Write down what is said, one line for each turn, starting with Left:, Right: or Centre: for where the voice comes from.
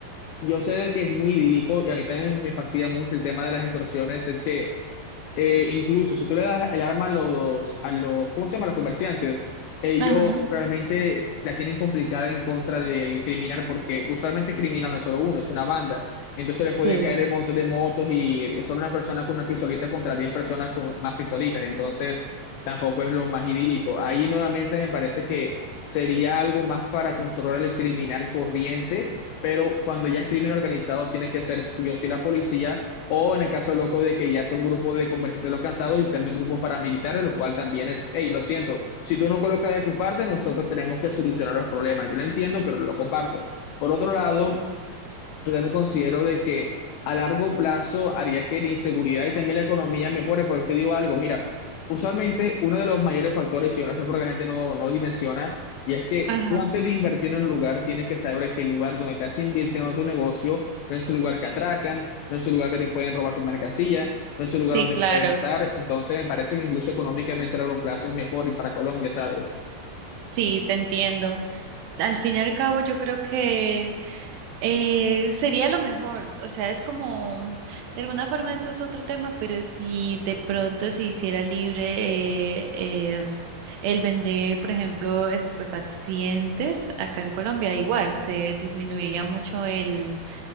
Left: yo sé de que es muy idílico y a mí también me fastidia mucho el tema de las extorsiones, es que eh, incluso si tú le das el arma a los, a los, ¿cómo se llama? A los comerciantes, ellos
Right: Ajá.
Left: realmente la tienen complicada en contra del criminal, porque usualmente el criminal no es solo uno, es una banda. Entonces le puede
Right: Sí.
Left: caer el montón de motos y es solo una persona con una pistolita contra 10 personas con más pistolitas. Entonces tampoco es lo más idílico. Ahí nuevamente me parece que sería algo más para controlar el criminal corriente, pero cuando ya es crimen organizado, tiene que ser sí o sí la policía o en el caso loco de que ya sea un grupo de comerciantes los cansados y sean mis grupos paramilitares, lo cual también es, hey, lo siento, si tú no colocas de tu parte, nosotros tenemos que solucionar los problemas. Yo lo entiendo, pero lo comparto. Por otro lado, yo también considero de que a largo plazo haría que la inseguridad y también la economía mejore, porque te digo algo, mira, usualmente uno de los mayores factores, y yo no sé por qué la gente no, no lo dimensiona, y es que
Right: Ajá,
Left: tú antes de invertir en un lugar tienes que saber que el lugar donde estás invirtiendo tu negocio no es un lugar que atracan, no es un lugar que te pueden robar tu mercancía, no es un lugar
Right: sí,
Left: donde
Right: claro,
Left: te pueden matar, entonces me parece que incluso económicamente a largo plazo es mejor y para Colombia, ¿sabes?
Right: sí, te entiendo. Al fin y al cabo, yo creo que Eh, sería lo mejor, o sea, es como, de alguna forma esto es otro tema, pero si de pronto se hiciera libre eh, eh, el vender, por ejemplo, estupefacientes acá en Colombia, igual se disminuiría mucho el,